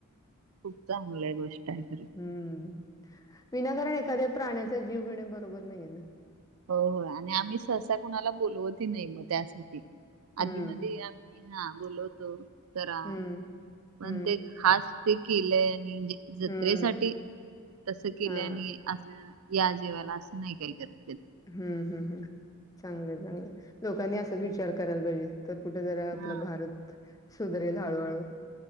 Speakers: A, on the right; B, on the left.
A: खूप चांगलं आहे गोष्ट आहे खर
B: हम्म. विनाकारण एखाद्या प्राण्याचा जीव घेणे, बरोबर नाहीये ना?
A: हो हो आणि आम्ही सहसा कुणाला बोलवत हि नाही, म त्यासाठी,
B: हम्म.
A: आधी मदी मी हां बोलवतो, जरा
B: हम्म.
A: पण
B: हम्म.
A: ते खास ते केलंय आणि म्हणजे जत्रेसाठी,
B: हम्म.
A: तस केलंय
B: हा.
A: आणि असं, या जेवाला, असं नाही काही करत कध
B: ह्म हम हम, चांगलं-चांग लोकांनी असाच विचार करायला पाहिजे, तर कुठे जरा, आपला
A: हा
B: भारत सुधरेल हळूहळू.